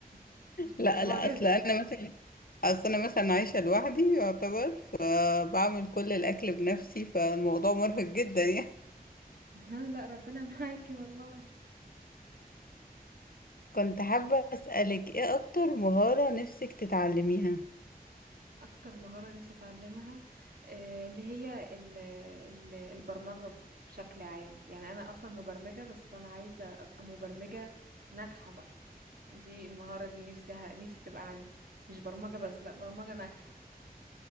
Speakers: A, on the right; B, on the left.
A: <laughs>
B: لا
A: دي معجزه
B: لا اصل انا مثلا اصل انا مثلا عايشه لوحدي يعتبر فبعمل كل الاكل بنفسي فالموضوع مرهق جدا يعني
A: ها لا ربنا معاكي والله
B: كنت حابه اسالك ايه اكتر مهاره نفسك تتعلميها
A: اكتر مهاره نفسي اتعلمها آه، اللي هي ال- ال- البرمجه بشكل عام يعني انا اصلا مبرمجه بس انا عايزه ابقى مبرمجه ناجحه بقى دي المهاره دي نفسها نفسي تبقى عندي مش برمجه بس لا برمجه ناجحه